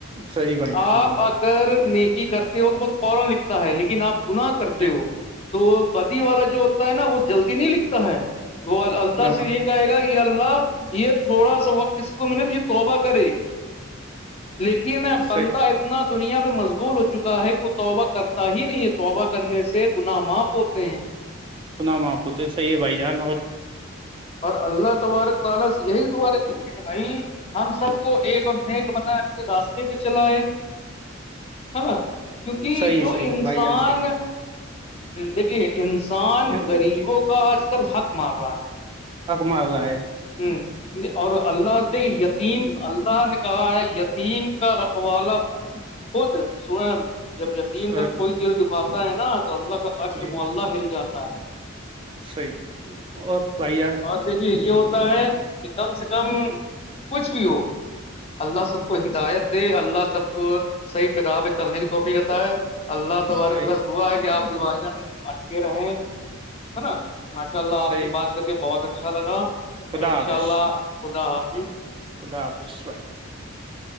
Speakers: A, on the right; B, on the left.
A: صحیح بھائی جان
B: آپ
A: بولیے
B: اگر نیکی کرتے ہو تو فورن لکھتا ہے لیکن اپ گناہ کرتے
A: جی
B: ہو تو بدی والا جو ہوتا ہے نا وہ جلدی نہیں لکھتا ہے وہ اللہ
A: ہاں
B: سے یہ کہے گا کہ یا اللہ یہ تھوڑا سا وقت اس کو ملے تو یہ توبہ کرے لیکن بندہ
A: صحیح
B: اتنا دنیا میں مشگول ہو چکا ہے کہ وہ توبہ کرتا ہی نہیں ہے توبہ کرنے سے گنا ماف ہوتے ہیں
A: گناہ ماف ہوتے صحیح ہے بھائی جان اور
B: اور اللہ تبارک و تعالی سے یہی دعت رہتی ہے کہ بھائی ہم سب کو ایک اور نیک بنا کے راستے پہ چلائے ہے نا کیونکہ
A: صحیح
B: جو
A: صحیح
B: انسان
A: بھائی جان صحیح
B: دیکھیے انسان
A: ہے
B: غریبوں
A: بولیے
B: کا آج کل حق مار رہا ہے
A: حق مار رہا ہے
B: ہمم اور اللہ دے یتیم اللہ نے کہا ہے یتیم کا رکھوا <unintelligible> جب یتیم
A: ہے
B: کا کوئی دل دکھاتا ہے نا تو اللہ کا عرش
A: جی
B: ملہ ہل جاتا ہے
A: صحیح اور بھائی یار
B: اور دیکھیے یہ ہوتا ہے کہ کم سے کم کچھ بھی ہو اللہ سب کو ہدایت دے اللہ سب کو صحیح راہ پہ چلنے کی توفیق عتائے اللہ تبارک
A: صحیح
B: و تعالی سے دعا ہے کہ آپ بھی ماشاءاللہ اچھے رہیں ہے نا ماشاء اللہ
A: صحیح
B: آپ سے بات کر کے بہت اچھا لگا
A: خدا
B: ان
A: حافظ
B: شاء اللہ خدا حافظ
A: خدا حافظ بھائی جان